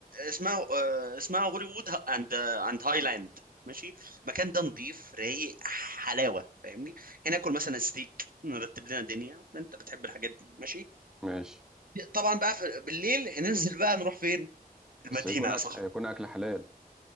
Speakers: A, on the right; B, in the centre.
A: اسمها آه، اسمها هوليوود أند أند هايلاند ماشي المكان ده نضيف رايق حلاوة فاهمني؟ هناكل مثلا ستيك نرتب لنا الدنيا أنت بتحب الحاجات دي ماشي؟
B: ماشي
A: طبعا بقى في بالليل هننزل بقى نروح فين؟
B: بس
A: المدينة
B: يكون
A: يا
B: أكل
A: صاحبي
B: يكون أكل حلال